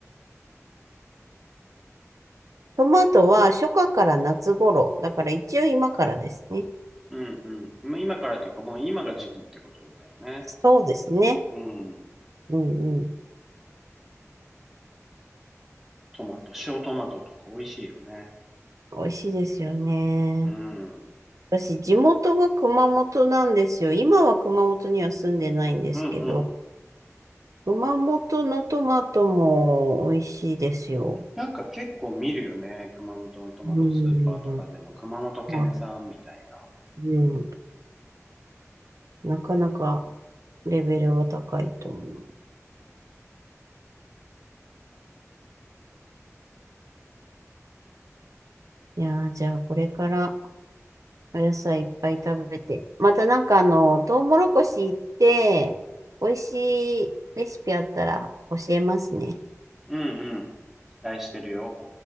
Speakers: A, on the right; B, in the centre.
A: トマトは初夏から夏頃。だから一応今からですね。
B: うんうん。まあ今からっていうかもう今が時期ってことだよね。
A: そうですね。
B: うん。
A: うんうん。
B: トマト、塩トマトとか美味しいよね。
A: 美味しいですよね。
B: うん。うん
A: 私、地元が熊本なんですよ。今は熊本には住んでないんですけど、
B: うん。
A: 熊本のトマトも美味しいですよ。
B: なんか結構見るよね。熊本のトマトスーパーとかでも、
A: うん。
B: 熊本県産みたい
A: はいうんなかなかレベルは高いと思う。いやー、じゃあこれからお野菜いっぱい食べて。またなんかあの、トウモロコシ行って、美味しいレシピあったら教えますね。
B: な。うんうん。期待してるよ。